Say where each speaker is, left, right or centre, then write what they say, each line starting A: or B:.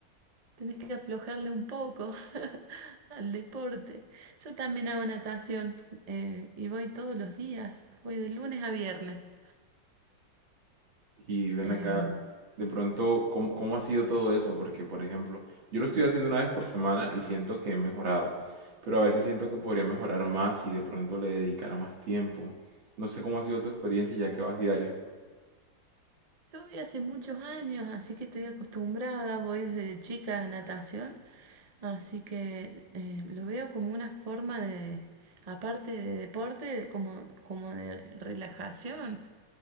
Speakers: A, on the right; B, on the right.
A: Tenés que aflojarle un poco <laughs> al deporte. Yo también hago natación eh, y voy todos los días. Voy de lunes a viernes.
B: Y ven
A: Em,
B: acá, de pronto, ¿cómo, cómo ha sido todo eso? Porque, por ejemplo, yo lo estoy haciendo una vez por semana y siento que he mejorado, pero a veces siento que podría mejorar más y de pronto le dedicara más tiempo. No sé cómo ha sido tu experiencia ya que vas diario.
A: yo voy hace muchos años, así que estoy acostumbrada. Voy desde chica a natación. Así que eh, lo veo como una forma de, aparte de deporte, como, como de relajación.